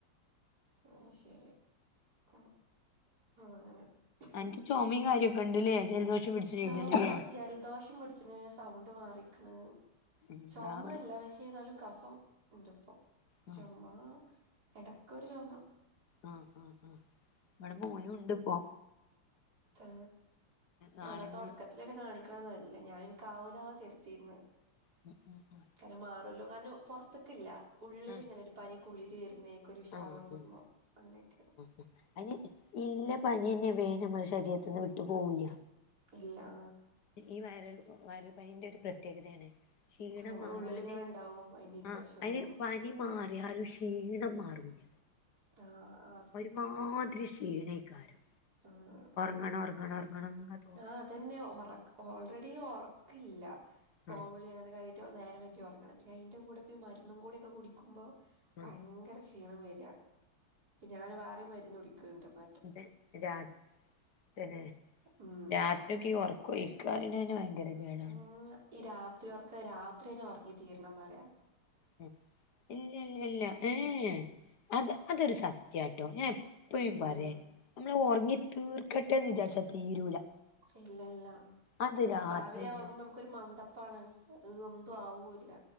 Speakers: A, on the right (about 45°); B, on the left (about 55°).
A: ആ ശരി അ അങ്ങനെ മ്
B: അൻക്ക് ചുമയും കാര്യൊക്കെ ഉണ്ട്ല്ലേ ജലദോഷം പിടിച്ച്
A: ചൊമ
B: ചെയ്തണ്ല്ലേ
A: ജൽദോഷം പിട്ച്ചിണ് സൗണ്ട് മാറി ക്ക്ണ്
B: എന്താ
A: ചൊമ
B: ഇവിടെ
A: ല്ല പക്ഷേ ന്നാലും കഫം ണ്ട്പ്പം
B: ആ
A: ചൊമ എടക്കൊരു ചൊമ
B: ആ ആ ആ വടെ മോനും ണ്ട് പ്പോ
A: താ
B: നാളെ
A: അതാ
B: ഇനി
A: തൊട്ക്കത്തിലെന്നെ കാണിക്ക്ണ നല്ലെ ഞാനിന്കാവൂലാ കര്തിര്ന്ന്
B: മ് മ്
A: ക്കാര മാറല്ലോ കാര്ണം പൊർത്ത്ക്കില്ല ഉള്ളില്
B: ആഹ്
A: ങ്ങനെ ര് പനി കുളിര് വര്ന്നേക്കൊരു ഉഷാറാകുമ്പോ
B: ആഹ് ഉം
A: അങ്ങനെക്ക്യാ
B: <inaudible> അയ്ന് ഇല്ല പന്യന്നെ വേം ഞമ്മളെ ശരീരത്ത്ന്ന് വിട്ട് പോവില്ല്യ
A: ഇല്ലാ
B: ഈ വയറൽ വയറൽ പനിന്റൊരു പ്രത്യേകതേണ് ക്ഷീണം
A: നമ്മള
B: മാറാന്
A: ഉള്ളിൽ ഇങ്ങനെ ഉണ്ടാവും അതിന്റെ ഇൻഫെക്ഷനും
B: ആ അയ്ന് പനി മാറ്യാലു ക്ഷീണം മാറൂല
A: ആഹ് ആ
B: ഒരുമാതിരി ക്ഷീണേക്കാരം
A: ആഹ്
B: ആണോർങ്ങണം ഒർങ്ങണം ന്ന്
A: ആഹ് അതെന്നെ ഒറക് ഓൾറെഡി ഒറക്കില്ല ഫോൺവിളി
B: ആഹ്
A: അങ്ങനെക്കായി റ്റൊ നേരം വൈക്യാ ഒർങ്ണേ പിന്നെ അയ്ന്റെ കൂടെപ്പോ ഈ മര്ന്നും കൂടി ഒക്കെ കുടിക്കുമ്പോ ഭയങ്കര
B: ആഹ്
A: ക്ഷീണം വര്യാ ഞാൻ വേറിം മര്ന്നുടിക്ക്ണ്ട് പ
B: തെ രാ തെന്നെ
A: ഉം
B: രാത്രിയൊക്കെ ഈ ഒറക്കൊയിക്ക റിണെന്നെ ഭയ ങ്കര കേടാണ്
A: ഉം ഈ രാത്രിയൊർക്കം രാത്രിയെന്നെ ഒറങ്ങി തീരണം പറ്യ
B: മ് ഇല്ല ല്ല ല്ല്യ ഏഹേ അത് അതൊരു സത്യട്ടോ ഞാൻ എപ്പഴും
A: ഉം
B: പറിം ഞമ്മള് ഒർങ്ങി തീർക്കട്ടെ ന്ന് വിചാരിച്ചാ തീരൂല
A: ഇല്ല ല്ല
B: അത് രാത്രി
A: രാവിലെ
B: ന്നെ
A: ഒർങ്ങുമ്പോ നമുക്കൊരു മന്ദപ്പാണ് ഹ് എന്തും ആവുല്ല